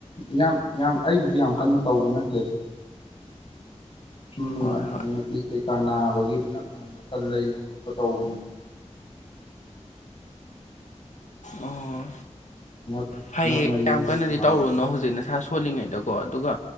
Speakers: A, on the left; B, on the left.
A: ꯌꯥꯝ ꯌꯥꯝ ꯑꯩꯕꯨꯗꯤ ꯌꯥꯝ ꯀꯟꯅ ꯇꯧꯕ ꯅꯠꯇꯦ ꯑꯗꯨ ꯑꯁꯨꯝꯅ
B: ꯍꯣꯏ ꯍꯣꯏ
A: ꯉꯛꯂꯤ ꯀꯩꯀꯥ ꯅꯥꯕꯒꯤ ꯉꯛ ꯅꯨꯡꯗꯣ ꯈ ꯂꯩꯕ ꯈꯣꯠꯄ ꯇꯧꯕꯅꯤ
B: ꯑꯣ
A: ꯉꯛ
B: ꯐꯩꯌꯦ
A: ꯉꯛ ꯃꯔꯤꯗꯣ
B: ꯌꯥꯝ
A: ꯈꯔ
B: ꯀꯟꯅꯗꯤ
A: ꯅꯥꯕ
B: ꯇꯧꯔꯨꯅꯣ ꯍꯧꯖꯤꯛ ꯅꯁꯥ ꯁ ꯍꯣꯜꯂꯤꯉꯩꯗꯀꯣ ꯑꯗꯨꯒ